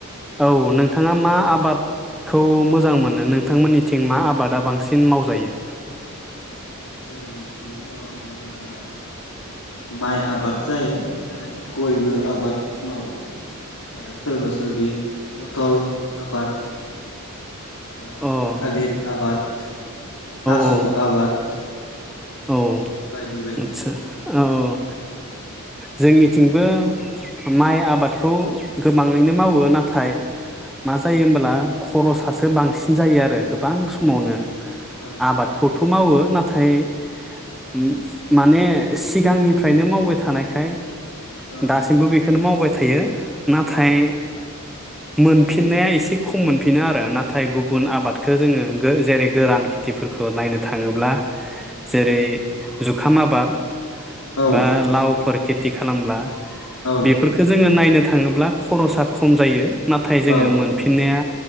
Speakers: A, in the centre; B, on the left (about 80°).
A: औ नोंथाङा मा आबादखौ मोजां मोनो नोंथांमोननिथिं मा आबादा बांसिन मावजायो?
B: जोंनिथिंथ' मा होनो माइ आबाद जायो आरो गयबो आबाद मावो आरो सोरबा सोरबि पथल आबाद ओ
A: अ औ
B: थालिर आबाद थास'
A: औ
B: आबाद
A: औ
B: बायदि बायदि
A: आदसा औ औ जोंनिथिंबो माइ आबादखौ गोबाङैनो मावो नाथाय मा जायो होमब्ला खरसासो बांसिन जायो आरो गोबां समावनो।
B: औ
A: आबादखौथ' मावो नाथाय ओम माने सिगांनिफ्रायनो मावबाय थानायखाय -
B: औ
A: दासिमबो बे खोनो मावबाय थायो। नाथाय
B: औ
A: मोनफिननाया एसे खम मोनफिनो आरो नाथाय गुबुन आबादखौ जोङो गो जेरै- गोरान खेथिफोरखौ नायनो थाङोब्ला जेरै
B: औ
A: - खाम आबाद
B: औ
A: बा लावफोर खिथ थि खालामब्ला
B: औ
A: बेफोरखौ जोङो नायनो थाख ङोब्ला खरसा खम जायो। नाथाय जोङो
B: औ
A: मोनफिननाया